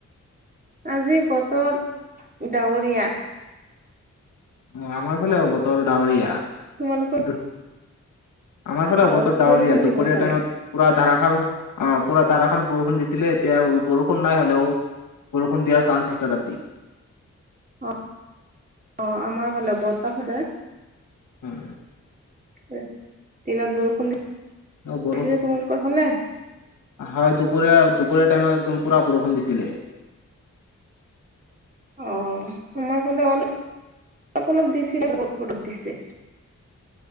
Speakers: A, on the right; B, on the left.
A: আজি বতৰ ডাৱৰীয়া।
B: অ আমাৰ ফালেও বতৰ ডাৱৰীয়া।
A: তোমালোকৰ
B: দু আমাৰ ফালেও
A: হয়
B: বতৰ ডাৱৰীয়া
A: বৰষুণ
B: দুপৰীয়া
A: দিব চাগে।
B: টাইমত পুৰা ধাৰাশাৰ অ পুৰা ধাৰাসাৰ বৰষুণ দিছিলে এতিয়া বৰষুণ নাই হ'লেও বৰষুণ দিয়াৰ চান্স আছে ৰাতি।
A: অ অ আমাৰ ফালে বতাহো যে
B: উম
A: দিনত বৰষুণ দিছিলে
B: বৰষুণ
A: তোমালোকৰ ফালে?
B: হয় দুপৰীয়া, দুপৰীয়া টাইমত একদম পুৰা বৰষুণ দিছিলে।
A: অ আমৰ ফালে অলপ অলপ দিছিলে